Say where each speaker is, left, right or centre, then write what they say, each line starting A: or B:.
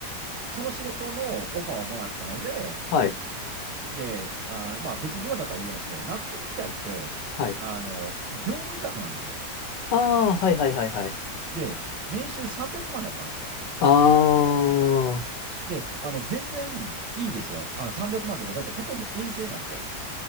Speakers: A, on the right; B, on the left.
A: その仕事のオファーをもらったので、
B: はい。
A: で、あの、まあ別に今だから言えないんですけど、楽天時代って、
B: はい。
A: あの、業務委託なんですよ。
B: ああ、はいはいはいはい。
A: で、年収300万だったんですよ。
B: ああ、は
A: で、あの、全然いいんですよ。あの、300万というか、だってほとんど遠征なんで。